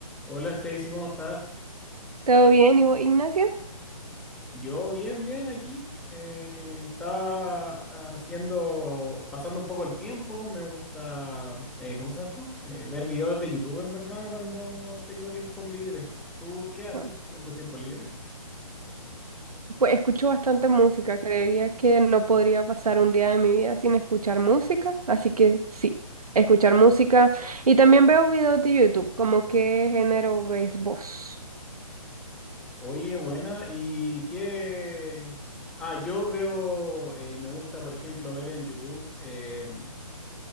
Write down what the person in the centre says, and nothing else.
Hola Stacy, ¿cómo estás?
Yo bien, bien aquí. Eh, estaba haciendo, pasando un poco el tiempo. Me gusta, eh, ¿cómo se llama esto? Eh, ver videos de YouTube, en verdad, cuando tengo tiempo libre. ¿Tú qué haces
en tus tiempos libres?
Oye, buena. ¿Y qué? Ah, yo veo, eh, me gusta, por ejemplo, ver en YouTube. em,